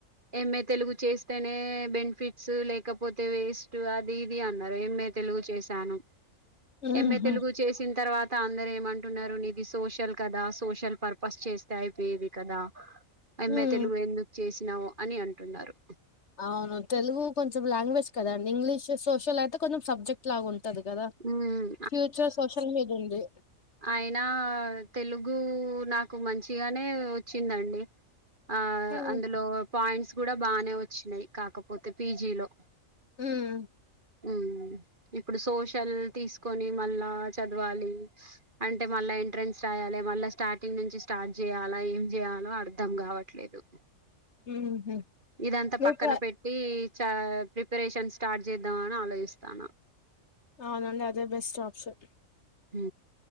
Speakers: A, on the right; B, on the left.
A: ఎంఏ తెలుగు చేస్తేనే బెనిఫిట్ లేకపోతే వేస్ట్ అది ఇది అన్నారు ఏమే తెలుగు చేసాను
B: ఉహు
A: ఎంఏ తెలుగు చేసిన తర్వాత అందర ఏమంటున్నారు నిది సోషల్ కదా సోషల్ పర్పస్ చేస్తే అయిపోయేది కదా అమ్మా
B: ఉమ్
A: తెలుగు ఎందుకు చేసి నవు అని అంటున్నారు
B: అవును తెలుగు కొంచెం లాంగ్వేజ్ కదండి ఇంగ్లీష్ సోషల్ అయితే కొంచెం సబ్జెక్ట్ లాగా ఉంటుంది వది కదా
A: హ్మ్
B: ఫ్యూచర్ సోషల్ మీద ఉంది
A: ఆయనా తెలుగు నాకు మంచిగానే వచ్చిందండి ఆ
B: హ్మ్
A: అందులో పాయింట్స్ కూడా బాగానే వచ్చినాయి కాకపోతే పీజీ లో
B: హు హా
A: హ ఇప్పుడు సోషల్ తీసుకొని మళ్ళా చదవాలి అంటే మళ్ళా ఎంట్రెన్స్ రాయాలి మళ్ళా స్టార్టింగ్ నుంచి స్టార్ట్ చేయాలా ఏం చేయ్యాలో అర్ధం కావట్లేదు
B: ఊహూ
A: ఇదంతా
B: మీరు
A: పక్కన
B: ప్ర
A: పెట్టి చ ప్రిపరేషన్ స్టార్ట్ చేద్దామ అని ఆలోచిస్తాన
B: అవునండి అదే బెస్ట్ ఆప్షన్
A: హు